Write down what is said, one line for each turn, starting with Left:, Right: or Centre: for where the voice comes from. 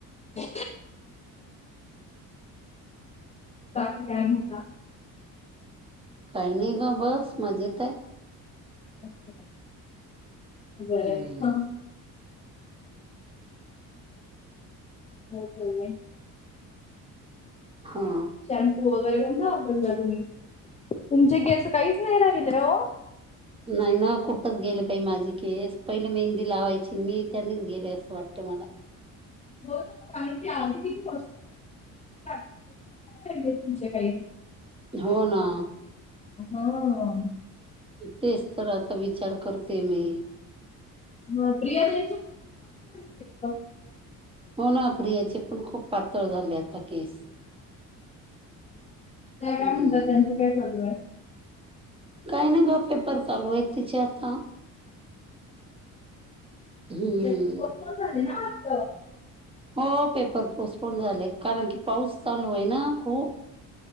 Left: बा क कायम का
Right: काही नाही ग बस मज येत आहे.
Left: बर.
Right: हं.
Left: हो चाल आहे
Right: हा.
Left: शॅम्पू वगैरे कोणता वापरला तुम्ही तुमचे केस काहीच नाही राहित हो
Right: नाही ना खूपच गेले पाहि माझी केस पहिले मेहंदी लावायची मी त्यांनीच गेले असं वाटते मला
Left: हो कारण की आधी किती मस्त केस के राहि तुमच्या काही
Right: हो ना.
Left: हा.
Right: तेच तर आता विचार करते मी.
Left: मग प्रियाच्या.
Right: हो ना प्रियाचे पण खूप पातळ झाले आता केस.
Left: त्या काय
Right: हम्म
Left: म्हणतात त्यांचं काय चालू आहे.
Right: काही नाही ग पेपर चालू आहे तिचे आता. हम्म
Left: ते तर पस झाले ना वात
Right: हो पेपर पोस्टपोन झाले कारण की पाऊस चालू आहे ना खूप